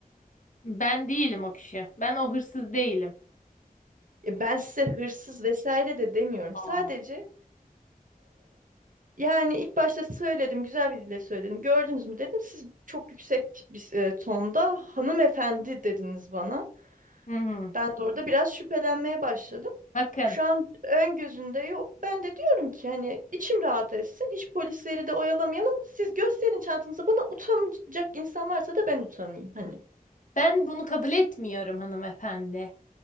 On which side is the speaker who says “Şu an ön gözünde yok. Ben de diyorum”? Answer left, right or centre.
Right